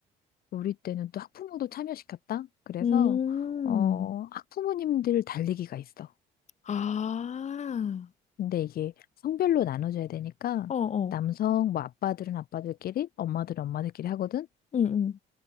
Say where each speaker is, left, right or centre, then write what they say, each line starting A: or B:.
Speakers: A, on the left; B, on the left.
A: 우리 때는 또 학부모도 참여시켰다? 그래서,
B: 음.
A: 어, 학부모님들 달리기가 있어.
B: 아,
A: 근데 이게 성별로 나눠져야 되니까,
B: 어, 어.
A: 남성, 뭐, 아빠들은 아빠들끼리, 엄마들은 엄마들끼리 하거든?
B: 응,